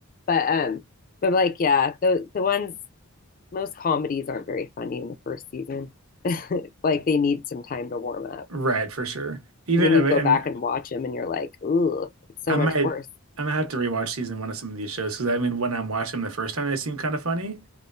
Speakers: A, on the left; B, on the right.
A: But um, but like yeah, the the ones most comedies aren't very funny in the first season. <laughs> like they need some time to warm up.
B: Right, for sure. Even
A: And then
B: if
A: you
B: I,
A: go
B: and
A: back and watch them and you're like, ooh, it's so
B: I might
A: much worse.
B: I might have to rewatch season one of some of these shows because I mean when I'm watching them the first time they seem kind of funny.